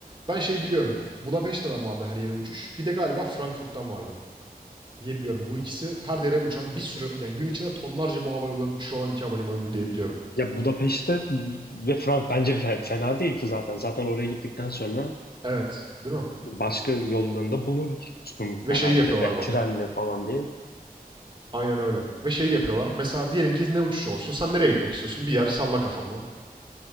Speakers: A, on the right; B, on the left.
A: Ben şey biliyorum, Budapeşte'den vardı her yere uçuş. Bir de galiba Frankfurt'tan vardı. Diyebiliyorum. Bu ikisi her yere uçan bir sürü yani gün içinde tonlarca bu havayollarının uçuşu olan iki havalimanıydı diye biliyorum.
B: Ya Budapeşte ve Frank bence fe- fena değil zaten. Zaten oraya gittikten sonra
A: Evet, değil mi?
B: başka yollarında bulursun
A: Ve
B: herhalde
A: şeyi yapıyorlar
B: ve
A: bak.
B: trenle falan diye.
A: Aynen öyle. Ve şeyi yapıyorlar. Mesela diyelim ki ne uçuşu olsun? Sen nereye gitmek istiyorsun? Bir yer salla kafandan.